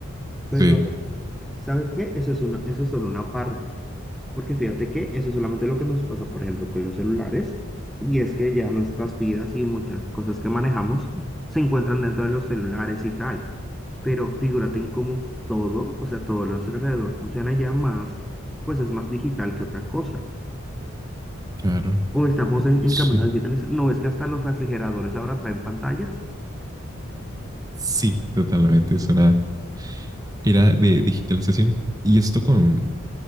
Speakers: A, in the centre; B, on the right.
A: Pero,
B: Sí,
A: ¿sabes qué? Eso es una, eso es solo una parte. Porque fíjate que eso es solamente lo que nos pasa, por ejemplo, con los celulares, y es que ya nuestras vidas y muchas cosas que manejamos se encuentran dentro de los celulares y tal. Pero figúrate en cómo todo, o sea, todo lo a nuestro alrededor funciona ya más, pues es más digital que otra cosa.
B: claro,
A: O estamos en,
B: sí,
A: en camino a digitalizar. No es que hasta los refrigeradores ahora traen pantallas.
B: sí, totalmente. Es una era de digitalización y esto con,